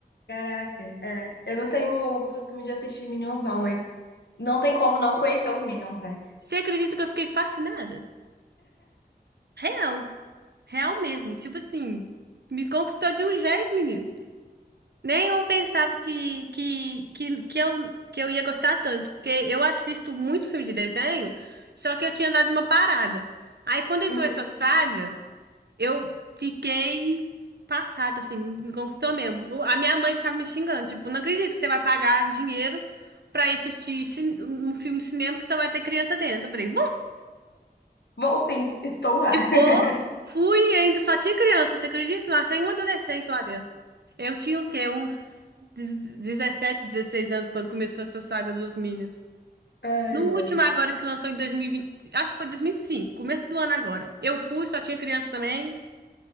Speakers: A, on the left; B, on the right.
A: Caraca, é. Eu não tenho o costume de assistir Minions, não, mas não tem como não conhecer os Minions, né?
B: Você acredita que eu fiquei fascinada? Real, real mesmo. Tipo assim, me conquistou de um jeito, menino. Nem eu pensava que, que, que, que, eu, que eu ia gostar tanto. Porque eu assisto muito filme de desenho, só que eu tinha dado uma parada. Aí quando entrou
A: Uhum.
B: essa saga, eu fiquei passada, assim, me conquistou mesmo. O- A minha mãe ficava me xingando, tipo, não acredito que você vai pagar dinheiro pra ir assistir ci- um filme de cinema que só vai ter criança dentro. Eu falei,
A: Bom, sim, estou lá.
B: E vou,
A: <laughs>
B: fui e ainda, só tinha criança, você acredita? Não achei um adolescente lá dentro. Eu tinha o quê? Uns dez- dezessete dezesseis anos quando começou essa saga dos Minions.
A: Ai,
B: No último
A: ai.
B: agora que lançou em 2025, acho que foi dois mil e cinco começo do ano agora. Eu fui, só tinha criança também.